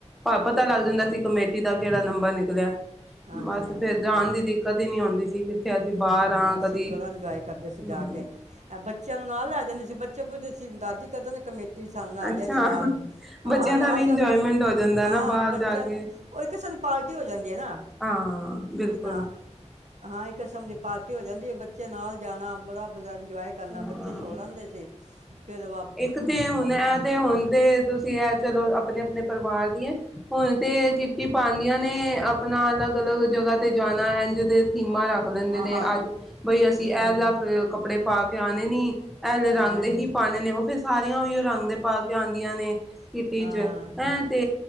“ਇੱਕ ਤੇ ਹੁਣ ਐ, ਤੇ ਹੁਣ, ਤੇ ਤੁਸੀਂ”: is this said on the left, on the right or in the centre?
Centre